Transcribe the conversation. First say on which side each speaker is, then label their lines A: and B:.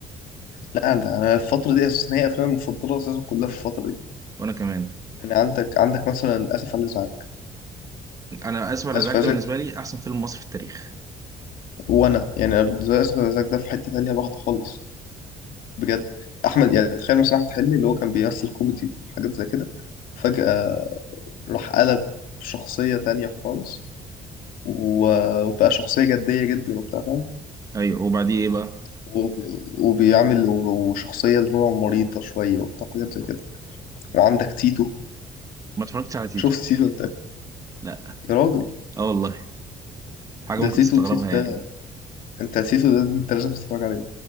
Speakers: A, on the left; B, on the right.
A: لا ده انا الفتره دي اساسا هي افلامي المفضله اساسا كلها في الفتره دي
B: وانا كمان
A: يعني عندك عندك مثلا اسف على الازعاج
B: انا اسف على
A: اسف
B: الازعاج
A: على
B: ده
A: الازعاج
B: بالنسبه لي احسن فيلم مصري في التاريخ
A: وانا يعني انا بالنسبه لي اسف على الازعاج ده في حته تانية لوحده خالص بجد احمد يعني تخيل مثلا احمد حلمي اللي هو كان بيمثل كوميدي وحاجات زي كده فجاه راح قلب شخصيه تانية خالص و- وبقى شخصيه جديه جدا وبتاع فاهم
B: ايوه وبعديه ايه بقى
A: وبي- وبيعمل وب- وشخصية اللي هو مريضة شوية وبتاع حاجات زي كده وعندك تيتو
B: ما اتفرجتش على تيتو
A: شفت تيتو انت
B: لا
A: يا راجل
B: اه والله حاجه
A: ده
B: ممكن
A: تيتو
B: تستغربها
A: تيتو
B: يعني
A: ده انت تيتو ده انت لازم تتفرج عليه